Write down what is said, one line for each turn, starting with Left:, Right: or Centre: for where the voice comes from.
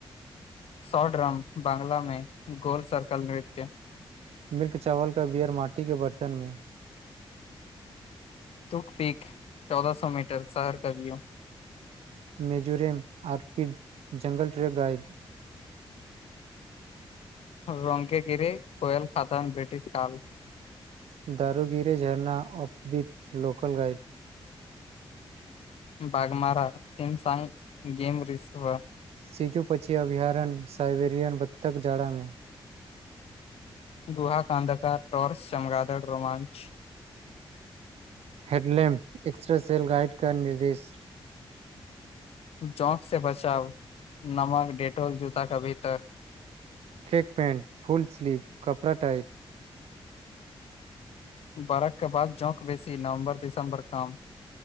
Left: सॉ ड्रम बांगलामें गोल सर्कल नृत्य
Right: मिल्क चावल क बियर माटी के बर्तन मे
Left: तुक पीक चौदह सो मीटर शहर कवियो
Right: मेजोरम आर्किड जङ्गल ट्रक गाड
Left: रङकेगिरि कोयल खातन ब्रिटिश काल
Right: दारूगिरे झरना अफवट local guide
Left: Baghmara Simsang game रस व
Right: सीजु पछी अभयारण्य साइबेरिअन बत्तक जाड़मे
Left: गोहा कानधाका टॉर्स चमगादड़ रोमांच
Right: हेडलैम्प एक्स्ट्रा सेेल गाइड क निर्देश
Left: जौंक से बचााव नमक डेटोल जूता क भीतर
Right: शेक पैंट फुल स्लीव कपड़ा टाइट
Left: बाराकके बाद जौंक बेसी नवं्बर दिसं्बर काम